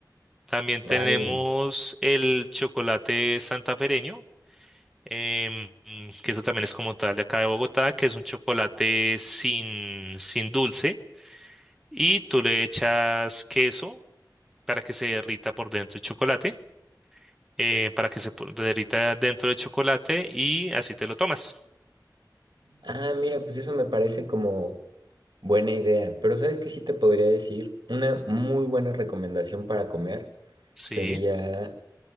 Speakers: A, in the centre; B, on the right.
A: También
B: vale.
A: tenemos el chocolate santafereño, em, mm, que eso también es como tal de acá de Bogotá, que es un chocolate sin, sin dulce y tú le echas queso para que se derrita por dentro el chocolate, eh, para que se po- derrita dentro del chocolate y así te lo tomas.
B: Ah, mira, pues eso me parece como buena idea. Pero ¿sabes qué sí te podría decir? Una muy buena recomendación para comer
A: Sí.
B: sería